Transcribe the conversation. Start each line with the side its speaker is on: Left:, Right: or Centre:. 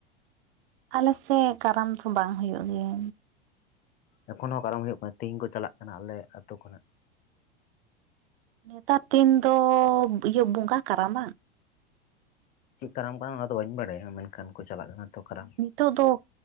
Right: ᱟᱞᱮᱥᱮᱜ ᱠᱟᱨᱟᱢ ᱛᱚ ᱵᱟᱝ ᱦᱩᱭᱩᱜ ᱜᱮᱭᱟ
Left: ᱮᱠᱷᱚᱱ ᱦᱚᱸ ᱠᱟᱨᱟᱢ ᱦᱩᱭᱩᱜ ᱠᱟᱱᱟ ᱛᱮᱦᱤᱧ ᱠᱚ ᱪᱟᱞᱟᱜ ᱠᱟᱱᱟ ᱟᱞᱮ ᱟᱛᱩ ᱠᱷᱚᱱᱟᱜ
Right: ᱱᱮᱛᱟᱨ ᱫᱤᱱ ᱫᱚ ᱵᱤᱭᱟᱹ ᱵᱚᱸᱜᱟ ᱠᱟᱨᱟᱢᱟ
Left: ᱪᱤᱜ ᱠᱟᱨᱟᱢ ᱠᱟᱱᱟ ᱚᱱᱟ ᱫᱚ ᱵᱟᱹᱧ ᱵᱟᱰᱟᱭᱟ ᱢᱮᱱᱠᱷᱟᱱ ᱠᱚ ᱪᱟᱞᱟᱜ ᱠᱟᱱᱟ ᱛᱚ ᱠᱟᱨᱟᱢ
Right: ᱛᱚ ᱫᱚᱠ